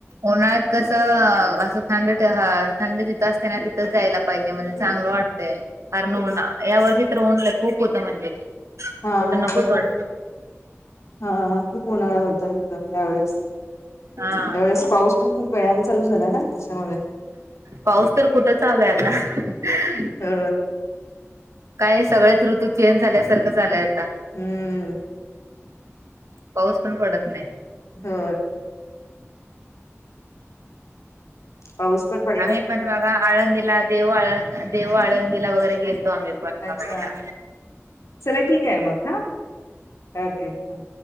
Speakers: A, on the right; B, on the left.
A: उन्हाळ्यात कसं असं थंड ह थंड तिथं असते ना तिथंच जायला पाहिजे म्हणजे चांगलं वाटते कारण उन या वर्षी तर ऊनलं खूप होत म्हणजे
B: हा
A: कुठं नकोच
B: खूप
A: वाटत होतं
B: हा खूप उन्हाळा होता इथ हवेेळेस तर
A: हा.
B: त्यावेळेस पाऊस पण खूप वेळाने चालू झाला ना त्याच्यामुळे
A: पाऊस तर कुठं चाललाय आला ह
B: हो
A: काय सगळ्याच ऋतू चेंज झाल्यासारखं झालंय आता
B: हम्म
A: पाऊस पण पडत नाही
B: हो पाऊस पण प
A: आम्ही पण बघा आळंदीला देऊ आळ देऊ आळंदीला वगैरे गेलतो आम्ही पण
B: अच्छा
A: बघायला.
B: चला ठीक आहे मग हा ओके ह